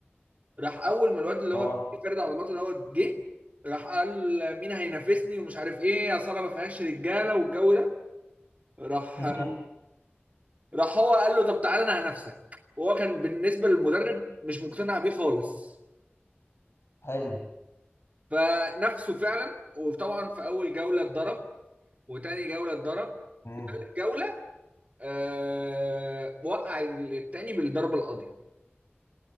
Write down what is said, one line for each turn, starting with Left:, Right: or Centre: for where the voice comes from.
Right: راح اول ما الواد اللي
Left: اه
Right: هو فارد عضلاته دوت جه راح قال مين هينافسني ومش عارف ايه يا صاله ما فيهاش رجاله والجو ده راح
Left: <laughs>
Right: راح هو قال له طب تعالى انا هنافسك وهو كان بالنسبه للمدرب مش مقتنع بيه خالص
Left: حلو
Right: فنفسه فعلا وطبعا في اول جوله اتضرب وتاني جوله اتضرب
Left: امم
Right: في تالت جوله آه وقع التاني بالضربه القاضيه